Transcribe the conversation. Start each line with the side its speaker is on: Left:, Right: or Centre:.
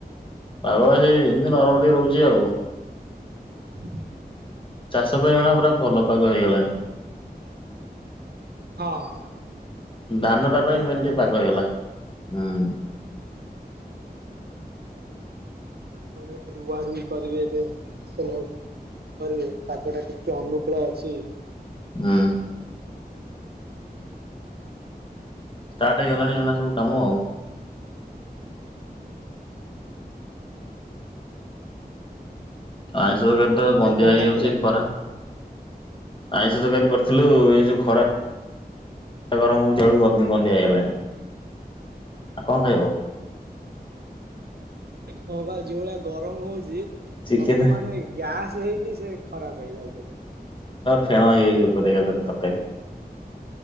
Left: ପାଗ ଆଜି ଏମିତି ନରମ ଟିକେ ରହୁଛି ଆଉ ।
Right: <inaudible>
Left: ଚାଷ ପାଇଁ ପୁରା ଭଲ ପାଗ ହେଇଗଲାଣି।
Right: ହଁ ହଁ।
Left: ଧାନ
Right: ତ
Left: ଟା
Right: ଏବେ
Left: ପାଇଁ ମେନ୍
Right: ଆରମ୍ଭ
Left: ଟିକେ ପାଗ
Right: ହେଇଯିବ
Left: ହେଇଗଲା। ହଁ।
Right: ମାନେ ରୁଆ ରୁଇ କରିବେ, ଏ ଫସଲ କରିବେ ତାାଗ ଟା ଟିକେ ଅନୁକୂଳ ଅଛି।
Left: ହୁଁ। ଷ୍ଟାର୍ଟହେଇଗଲାଣି ଏଣା ସବୁ କାମ । ଆ। ତ
Right: ଭାଇ
Left: ଗନ୍ଧିଆ
Right: କଣ
Left: ହେଇଯାଉଛି
Right: ଖାଇଥିଲ?
Left: ଖରା । ଆଇଁଷ ତରକାରୀ କରିଥିଲୁ, ଏ ସବୁ ଖରା ଗରମ ହଉଛି ବଳକୁ ଗନ୍ଧିଆ ହେଇଗଲାଣି ଆଉ କଣ ଖାଇବ ।
Right: ହଁ ବା ଯୋଉ ଭଳିଆ ଗରମ ହଉଛି। ସବୁ
Left: ଚିକେନ
Right: ମାନେ ଗ୍ୟାସ୍। <unintelligible> ସେ ଖରାପ ହେଇଯାଉଛି।
Left: ଫେଣହେଇଯାଇଛି ଉପରେ ଏକା ଥରେ ତକାରୀ।